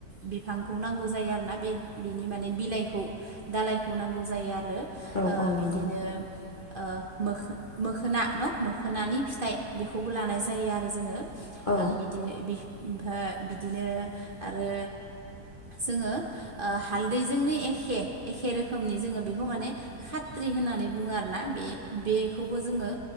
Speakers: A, on the right; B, on the left.
A: बिफांखौ नांगौ। नांगौ जायो आरोना बे बेनि माने बिलाइखौ दालाइखौ नांगौ जायो आरो।
B: औ औ
A: बिदिनो
B: नंगौ
A: ओ मोखोना न मोखोनानि फिथाइ बेखौबो लानाय जायो आरो जोङो।
B: औ
A: बिदि ओमफ्राय बिदिनो आरो जोङो ओ हालदैजोंनो एखे एखे रोखोमनि जोङो बेखौ माने खाथ्रि होननानै बुङो आरोना बेखौबो जोङो।